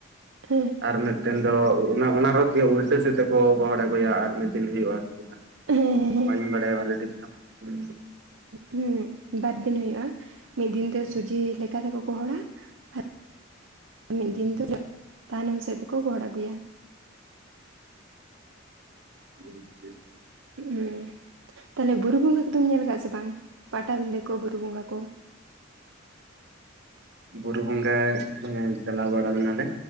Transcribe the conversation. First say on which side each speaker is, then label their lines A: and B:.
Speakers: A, on the right; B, on the right.
A: ᱦᱮᱸ᱾
B: ᱟᱨ ᱢᱮᱫᱴᱮᱱ ᱫᱚ ᱚᱱᱟ ᱨᱚᱛ ᱜᱮ ᱩᱞᱴᱟᱹ ᱥᱮᱫ ᱛᱮᱠᱚ ᱜᱚᱦᱚᱲ ᱟᱜᱩᱭᱟ ᱟᱨ ᱢᱤᱫ ᱫᱤᱱ ᱦᱩᱭᱩᱜᱼᱟ ᱪᱮᱛᱟ᱾
A: ᱦᱮᱸ ᱦᱮᱸ
B: ᱵᱟᱹᱧ ᱵᱟᱰᱟᱭᱟ ᱵᱷᱟᱞᱮ ᱴᱷᱤᱠ ᱫᱚ᱾
A: ᱦᱩᱸ ᱵᱟᱨ ᱫᱤᱱ ᱦᱩᱭᱩᱜᱼᱟ, ᱢᱤᱫ ᱫᱤᱱ ᱫᱚ ᱥᱩᱡᱮ ᱞᱮᱠᱟ ᱛᱮᱠᱚ ᱜᱚᱦᱚᱲᱟ ᱟᱨ ᱢᱤᱫ ᱫᱤᱱ ᱫᱚ ᱛᱟᱭᱱᱚᱢ ᱥᱮᱫ ᱛᱮᱠᱚ ᱜᱚᱦᱚᱲ ᱟᱜᱩᱭᱟ ᱾
B: ᱟᱪᱪᱷᱟ ᱾
A: ᱩᱸ ᱛᱟᱦᱞᱮ ᱵᱩᱨᱩ ᱵᱚᱸᱜᱟ ᱠᱚᱫᱚᱢ ᱧᱮᱞ ᱠᱟᱜᱼᱟ ᱥᱮ ᱵᱟᱝ? ᱯᱟᱴᱟᱵᱤᱸᱫᱟᱹ ᱠᱚ ᱵᱩᱨᱩ ᱵᱚᱸᱜᱟ ᱠᱚ? <inaudible>
B: ᱵᱩᱨᱩ ᱵᱚᱸᱜᱟ ᱦᱮᱸ ᱪᱟᱞᱟᱣ ᱵᱟᱲᱟ ᱞᱮᱱᱟᱞᱮ,